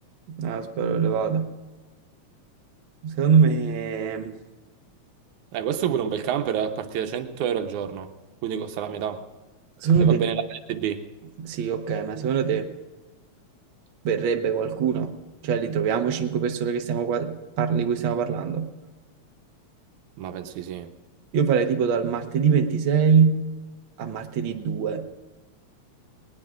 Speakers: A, on the right; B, on the right.
A: Eh, spero elevato. Secondo me...
B: Eh, questo è pure un bel camper eh, a partire da 100 euro al giorno, quindi costa la metà.
A: Secondo
B: E va
A: te...
B: bene la parte B?
A: Sì, ok, ma secondo te verrebbe qualcuno? Cioè, li troviamo 5 persone che stiamo qua- par- di cui stiamo parlando?
B: Ma penso di sì.
A: Io farei tipo dal martedì 26 a martedì 2.